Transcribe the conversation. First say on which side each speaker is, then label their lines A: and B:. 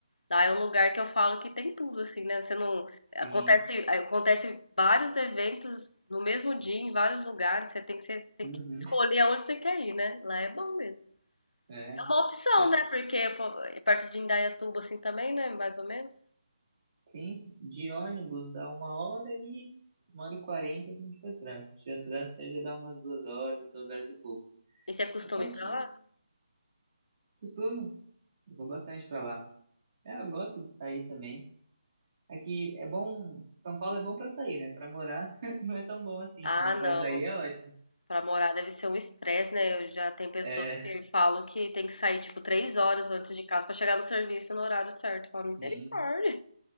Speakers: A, on the left; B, on the right.
A: lá é um lugar que eu falo que tem tudo, assim, né? Você não. Acontece,
B: Tem.
A: acontece vários eventos no mesmo dia, em vários lugares. Você tem que, você tem
B: Uhum.
A: que escolher aonde você quer ir, né? Lá é bom mesmo.
B: É.
A: É uma opção,
B: passa-
A: né? Porque pô, é perto de Indaiatuba, assim também, né? Mais ou menos.
B: Sim, de ônibus dá uma hora e uma hora e quarenta se não tiver trânsito. Se tiver trânsito, aí já dá umas duas horas, duas horas e pouco.
A: E você costuma
B: É pertinho.
A: ir pra lá?
B: Costumo, eu vou bastante pra lá. É, eu gosto de sair também. Aqui é bom, São Paulo é bom pra sair, né? Pra morar <laughs> não é tão bom assim,
A: Ah,
B: mas
A: não.
B: pra sair é ótimo.
A: Pra morar deve ser um estresse, né? Eu já tem pessoas
B: É,
A: que falam que tem que sair tipo três horas antes de casa pra chegar no serviço no horário certo. Fala,
B: sim.
A: misericórdia.